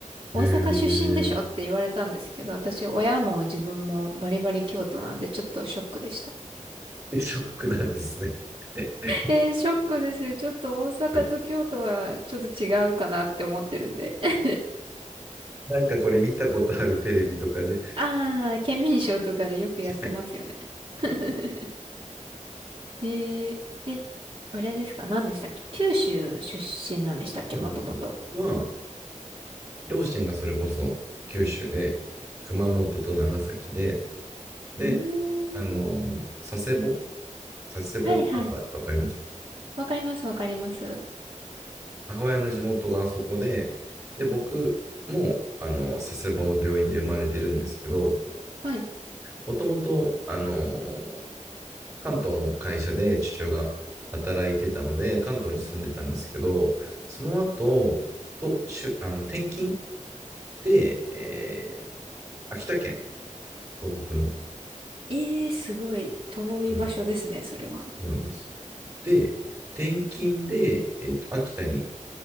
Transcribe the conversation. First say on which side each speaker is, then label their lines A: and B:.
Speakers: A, on the right; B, on the right.
A: 大阪出身でしょって言われたんですけど、
B: えー、
A: 私、親も自分もバリバリ京都なんで、ちょっとショックでした。
B: でショックなんですね。う
A: えーショックですよ。ちょっと大阪と京都はちょっと違うかなって思ってるんで。
B: ん
A: <laughs>
B: なんかこれ見たことあるテレビとかで。
A: ああ、県民賞とかでよくやってますよね。
B: はい。
A: <laughs> えー、え、あれですか何でしたっけ九州出身なんでしたっけもともと。
B: そうなんですよ。まあ、両親がそれこそ九州で、熊本と長崎で、で、
A: うー
B: あの、
A: ん。
B: 佐世保佐世保バーガーってわかります
A: はいはい。わかりますわかります。
B: 母親の地元があそこで、で、僕も、あの、佐世保の病院で生まれてるんですけど、
A: はい。
B: もともと、あのー関東の会社で父親が働いてたので、関東に住んでたんですけど、その後、と、しゅ、あの、転勤で、えー秋田県、東北の、
A: えー、すごい遠い場所ですね、
B: うんそ
A: それは。
B: うなんです。で、転勤で、えーと、秋田に